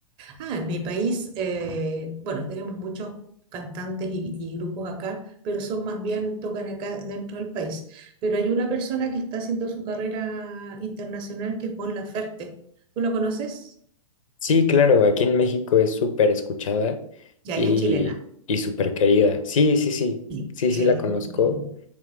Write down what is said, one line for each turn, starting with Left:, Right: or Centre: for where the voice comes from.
Right: Ah, en mi país, eh, bueno, tenemos muchos cantantes y, y grupos acá, pero son más bien, tocan acá dentro del país. Pero hay una persona que está haciendo su carrera internacional que es Mon Laferte. ¿Tú lo conoces?
Left: Sí, claro, aquí en México es súper escuchada
Right: Ya,
Left: y,
Right: ella es chilena.
Left: y súper querida. Sí, sí, sí,
Right: Sí,
Left: sí,
Right: sí,
Left: sí la
Right: ella
Left: conozco,
Right: es chilena.